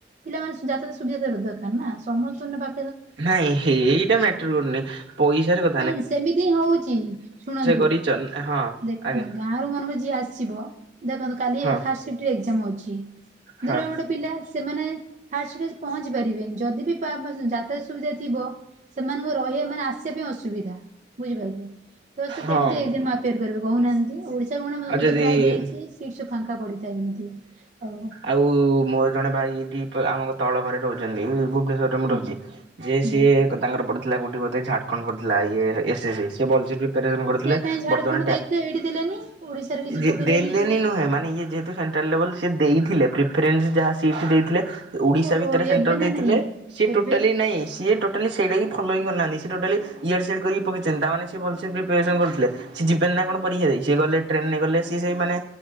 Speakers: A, on the right; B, on the right.
A: ପିଲାମାନେ ଯାତିରେ ସୁବିଧା ପାଇବା ଦରକାର ନା ସମର୍ଥନ ନେବା
B: ନାଇଁ ଏଇଟା ମେଟର କରୁନି ପଇସାର କଥ
A: ନାଇଁ ସେମିତି ହଉଚି ଶୁଣନ୍ତୁ
B: କରିଛ ହଁ
A: ଦେଖନ୍ତୁ
B: ଆଜ୍ଞା
A: ଗାଁ ରୁ ମନେକର ଯିଏ ଆସିବ। ଦେଖନ୍ତୁ କାଲି
B: ହଁ
A: ଫାଷ୍ଟେ ସିପ୍ଟ ଏଗ୍ଜାମ ଅଛି
B: ହଁ
A: ଯଉଟା ଗୋଟେ ପିଲା ସେମାନେ ଫାଷ୍ଟ ସିପ୍ଟ ପହଞ୍ଚି ପାରିବେନି ଯଦି ବି ପା ମା ଯାତ୍ରା ସୁବିଧା ଥିବ ସେମାନଙ୍କୁ ରହିବା ମାନେ ଆସି ସେଥିପାଇଁ ଅସୁବିଧା ବୁଝିପାରିଲେ ତ ସେ
B: ହଁ
A: କେମିତି
B: ଆଉ
A: ଏକ୍ଜାମା ତିଆରି କରିବ କହୁନାହାନ୍ତି ଓଡିଶା ସେ ମୁଁ ନା ମୁଁ
B: ଯଦି
A: ତ ପ୍ରାୟ ଦେଇଛି ସିଟ୍ ସବୁ ଫାଙ୍କା ପଡିଥାଏ ଏମିତି ଆଉ।
B: ଆଉ ମୋର ଜଣେ ଭାଇ ଏଠି ଆମ ତଳ ଘରେ ରହୁଛନ୍ତି ଏଇ ଭୁବନେଶ୍ଵର <unintelligible> ରହୁଛି
A: ଆଜ୍ଞା
B: ଯିଏ
A: ଆଜ୍ଞା।
B: ସିଏ ତାଙ୍କର ପଢିଥିଲା ଗୋଠି ବୋଧେ ଝାଡଖଣ୍ଡ ପଢିଥିଲା ଇଏ ଏସ ଏ ସେ ଭଲସେ ପ୍ରିପାରସନ୍ କରିଥିଲେ
A: ସେ କାହିଁ ଝାଡଖଣ୍ଡ
B: ବଟ୍ ଜଣେ ଟ୍ୟା
A: ଦେଇଥିଲେ ଏଇଠି ଦେଲେନି ଓଡିଶାରେ କିଛି
B: ଯିଏ
A: ପକେଇଲେନି
B: ଦେଲି
A: କୋଉ
B: ଦେଲି ନୁହେଁ ମାନେ ଇଏ ଯେହେତୁ ସେଣ୍ଟାଲ ଲେବୁଲ୍‌ ସିଏ ଦେଇଥିଲେ ପ୍ରିଫରେନ୍ସ ଯାହା ସିଟ୍ ଦେଇଥିଲେ। ଓଡିଶା
A: ଓହୋ
B: ଭିତରେ ସେଣ୍ଟର
A: ଏବେ
B: ଦେଇଥିଲେ
A: ନା ନାଇଁ
B: ସିଏ ଟୋଟାଲି
A: ଏବେ
B: ନାଇଁ ସିଏ ଟୋ ଟୋଟାଲି ସେଇଟା ଫଲୋଇ କରିନାହାନ୍ତି ସେ ଟୋଟାଲି ୟାଡ଼ ସିଆଡ଼ କରି ପକେଇଛନ୍ତି ତାମାନେ ସେ ଭଲସେ ପ୍ରିପାରେସନ୍ କରିଥିଲେ। ସି ଯିଵେନି ନା କଣ ପରୀକ୍ଷା ଦେଇ ସିଏ ଗଲେ ଟ୍ରେନ ନେ ଗଲେ ସେ ସେଇ ମାନେ